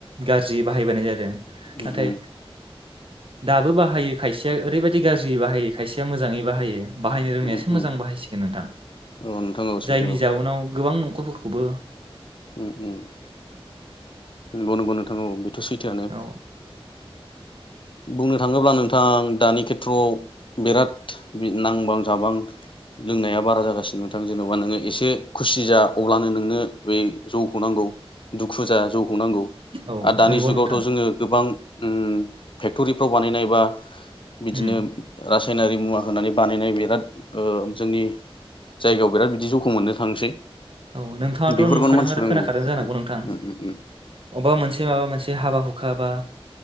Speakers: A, on the right (about 60°); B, on the left (about 55°).
A: गारजियै बाहायबोनाय जादों
B: उम
A: नाथाय
B: उम
A: दाबो बाहाय बाहायो खायसेया ओरैबायदि बायदि गाज्रि बाहायो खायसेया मोजाङै बाहायो बाहायनो रोंनायासो
B: उम उम
A: मोजां बाहायसिगोन नोंथां
B: औ नोंथां औ सैथो
A: जायनि जाउनाव गोबां <unintelligible> फोरखौबो
B: ओम ओम नंगौ नंगौ नोंथां बेथ' सैथोआनो।
A: औ
B: बुंनो थाङोब्ला नोंथां दानि खेथ्रआव बिराद नांबां जाबां लोंनाया बारा जागासिनो नोंथां जेनबा नोङो एसे खुसि जा अब्लानो नोंनो बे जौखौ नांगौ दुखु जा जौखौ नांगौ
A: औ
B: आरो दानि
A: नंगौ
B: जुगावथ'
A: नोंथां
B: जोङो गोबां उम फेक्टरिफ्राव बानायनाय बा बिदिनो
A: उम
B: राज सायनारि मुवा होननानै बानायनाय बिराद ओ जोंनि जायगायाव बिराद बिदि जौखौ मोननो थांसै।
A: औ नोंथाङाथ'
B: बेफोरखौनो
A: नुखादों
B: मानसिफोर
A: आरो खोनाखादों
B: उम
A: जानांगौ नोंथां
B: उम उम
A: अबबा मोनसे माबा मोनसे हाबा हु खा बा